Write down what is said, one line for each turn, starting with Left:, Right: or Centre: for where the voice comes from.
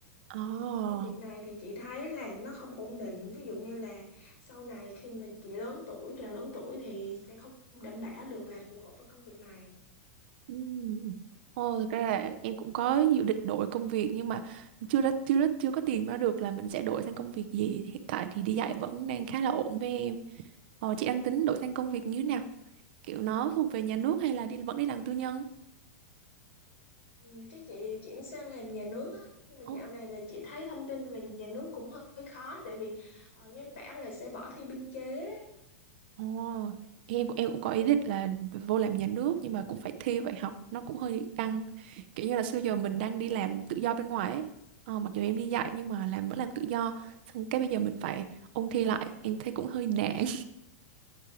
Right: Ồ,
Left: công việc này thì chị thấy là nó không ổn định ví dụ như là sau này khi mà chị lớn tuổi càng lớn tuổi thì sẽ không đảm bảo được là phù hợp với công việc này
Right: ừ. Ồ, thực ra là em cũng có dự định đổi công việc nhưng mà chưa đã, chưa đã, chưa có tìm ra được là mình sẽ đổi sang công việc gì. Hiện tại thì đi dạy vẫn đang khá là ổn với em. Ờ, chị đang tính đổi sang công việc như thế nào? Kiểu nó thuộc về nhà nước hay là đi vẫn đi làm tư nhân?
Left: Ừ, chắc chị chuyển sang làm nhà nước á nhưng mà
Right: Ồ,
Left: dạo này là chị thấy thông tin về nhà nước cũng hơi hơi khó tại vì ờ, nghe bảo là sẽ bỏ thi biên chế
Right: ồ, em em cũng có ý định là vô làm nhà nước nhưng mà cũng phải thi vậy học nó cũng hơi căng kiểu như là xưa giờ mình đang đi làm tự do bên ngoài ấy ờ, mặc dù em đi dạy nhưng
Left: Ừ,
Right: mà làm vẫn làm tự do xong cái bây giờ mình phải ôn thi lại em thấy cũng hơi nản